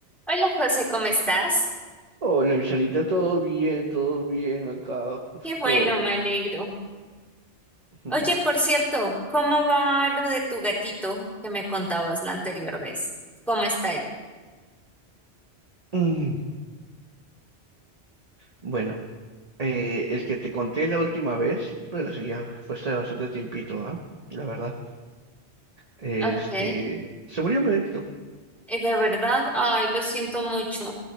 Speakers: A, in the centre; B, on the right.
A: Hola José, ¿cómo estás?
B: Hola, mi Sarita, todo bien, todo bien acá, justo.
A: Qué bueno, me alegro.
B: <laughs>
A: Oye, por cierto, ¿cómo va lo de tu gatito que me contabas la anterior vez? ¿Cómo está él?
B: Mm, Bueno, eh, el que te conté la última vez, bueno, sí, ya fue hace bastante tiempito, ¿ah? La verdad. Este,
A: Ok. Eh,
B: se murió mi gatito.
A: De verdad, ay, lo siento mucho.